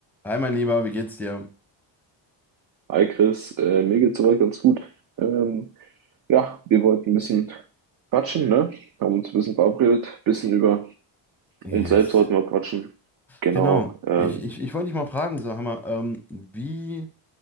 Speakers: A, in the centre; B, on the right.
A: Hi, mein Lieber, wie geht's dir?
B: Hi Chris, äh, mir geht's soweit ganz gut. Ähm, ja, wir wollten ein bisschen quatschen, ne? Haben uns ein bisschen verabredet, ein bisschen über
A: Yes.
B: uns selbst wollten wir quatschen. Genau.
A: Genau.
B: Ähm,
A: Ich, ich, ich wollte dich mal fragen, so Hammer, ähm, wie